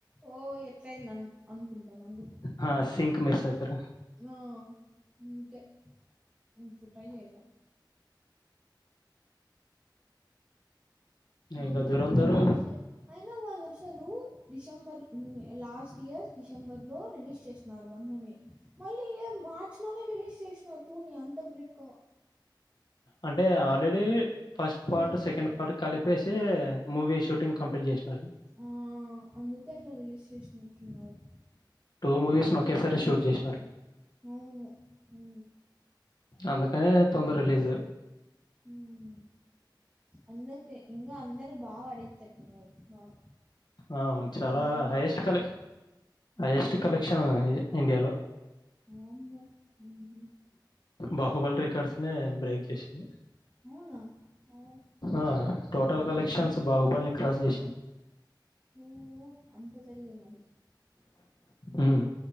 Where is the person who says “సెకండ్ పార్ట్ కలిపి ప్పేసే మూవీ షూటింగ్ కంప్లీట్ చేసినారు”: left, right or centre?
Left